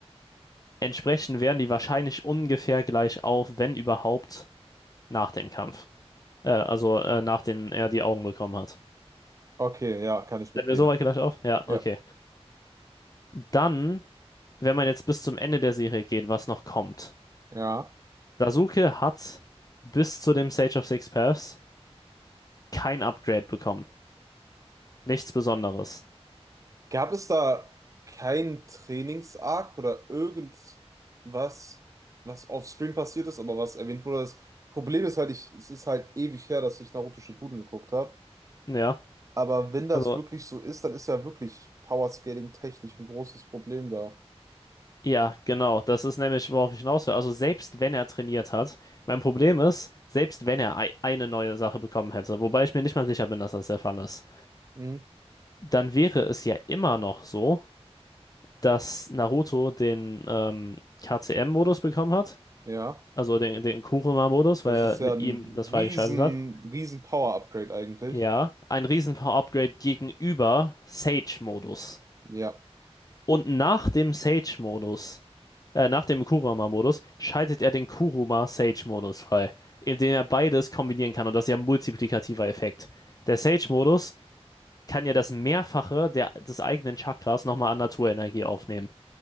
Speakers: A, on the left; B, on the right.
A: Entsprechend wären die wahrscheinlich ungefähr gleich auf, wenn überhaupt, nach dem Kampf. Äh, also äh, nachdem er die Augen bekommen hat.
B: okay, ja, kann ich mitgehen.
A: Sind wir so weit gleich auf? Ja,
B: Ja,
A: okay. Dann, wenn man jetzt bis zum Ende der Serie geht, was noch kommt.
B: ja.
A: Sasuke hat bis zu dem Sage of Six Paths kein Upgrade bekommen. Nichts Besonderes.
B: Gab es da keinen Trainings-Arc oder irgendwas, was offscreen passiert ist, aber was erwähnt wurde? Das Problem ist halt, ich, es ist halt ewig her, dass ich Naruto Shippuden geguckt habe.
A: Ja,
B: Aber wenn das
A: also,
B: wirklich so ist, dann ist ja wirklich Powerscaling technisch ein großes Problem da.
A: ja, genau. Das ist nämlich, worauf ich hinaus will. Also, selbst wenn er trainiert hat, mein Problem ist, selbst wenn er ei- eine neue Sache bekommen hätte, wobei ich mir nicht mal sicher bin, dass das der Fall ist,
B: Mhm.
A: dann wäre es ja immer noch so, dass Naruto den ähm, KCM-Modus bekommen hat
B: Ja,
A: Also den, den Kuruma-Modus, weil
B: das
A: er
B: ist
A: mit
B: ja ein
A: ihm das freigeschaltet
B: riesen,
A: hat.
B: riesen Power-Upgrade eigentlich.
A: Ja. Ein Riesen-Power-Upgrade gegenüber Sage-Modus.
B: Ja.
A: Und nach dem Sage-Modus, äh, nach dem Kuruma-Modus, schaltet er den Kuruma-Sage-Modus frei, indem er beides kombinieren kann. Und das ist ja ein multiplikativer Effekt. Der Sage-Modus kann ja das Mehrfache der, des eigenen Chakras nochmal an Naturenergie aufnehmen.